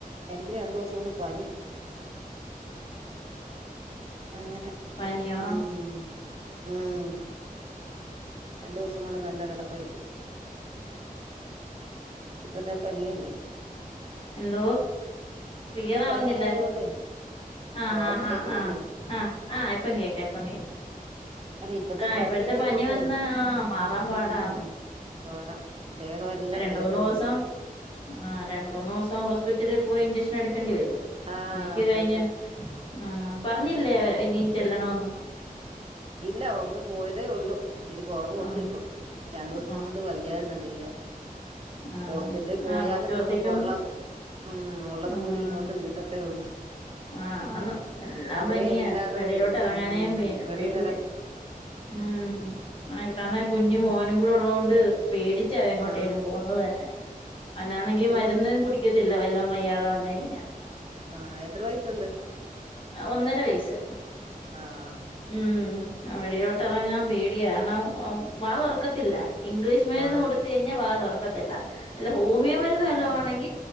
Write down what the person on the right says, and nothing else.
എനിക്ക് രണ്ടു ദിവസം കൊണ്ട് പനി അങ്ങനെ
ഉം ഉം രണ്ട് ദിവസം കൊണ്ട് നല്ല കിടപ്പായിപ്പോയി ഇപ്പത്തെ പനി അല്ലേ
പനി ആയതുകൊണ്ടേ
ഹലോ
കേക്കുന്നില്ലേ
അല്ല ഇപ്പത്തെ
ആയതുകൊണ്ടേ
ഉം പാടാ ദേഹം എല്ലാം
വേദനയും
ആഹ്
അതെ
അതെ
ഇല്ല ഒന്ന് പോയതേ ഉള്ളു ഇച്ചിരി കുറവുണ്ട്
ഇപ്പം രണ്ടു ദിവസം
കൊണ്ട് വയ്യാരുന്നു തീരെ
ഹോസ്പിറ്റലിൽ പോയാലും
നമുക്ക്
ഉള്ള ഉം ഉള്ളതും
കൂടി ഇങ്ങോട്ട് കിട്ടത്തേ ഉള്ളു
അവിടെ
എല്ലാടേ
ഉംവെളിലെ
ആ
മോൻ
ആ എത്ര വയസുണ്ട്
ആ ആ ആ ആ
ആ ആ